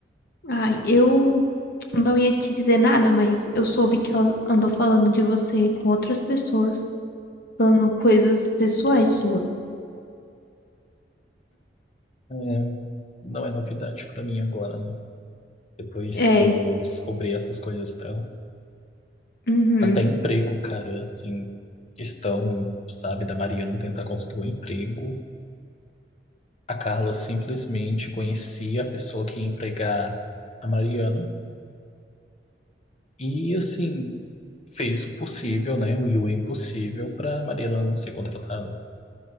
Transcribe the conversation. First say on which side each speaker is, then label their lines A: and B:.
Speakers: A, on the left; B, on the left.
A: Ai, eu não ia te dizer nada, mas eu soube que ela andou falando de você com outras pessoas, falando coisas pessoais suas.
B: É, não é novidade pra mim agora, né? Depois
A: É.
B: que eu descobri essas coisas dela.
A: Uhum.
B: Até emprego, cara, assim, questão, sabe, da Mariana tentar conseguir um emprego. A Carla simplesmente conhecia a pessoa que ia empregar a Mariana e, assim, fez o possível, né, e o impossível pra Mariana não ser contratada.